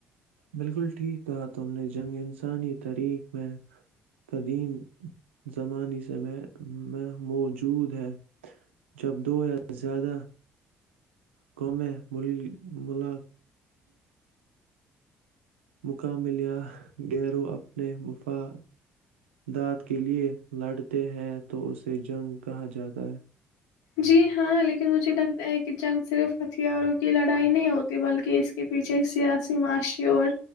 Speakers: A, on the right; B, on the left.
A: بالکل ٹھیک کہا تم نے جنگ انسانی ترخ میں قدیم زمانے سے میں میں موجود ہے جب دو یا زیادہ ق میں ملا مقع ملیا گیرو اپنے مفع دت کے لیے لڑتے ہیں تو اسے جنگ کہا جاتا ہے
B: جی ہاں لیکن مجھے لگتا ہے کہ جنگ صرف ہتھیاروں کی لڑائی نہیں ہوتی بلکہ اس کے پیچھے سیاسی معاشی اور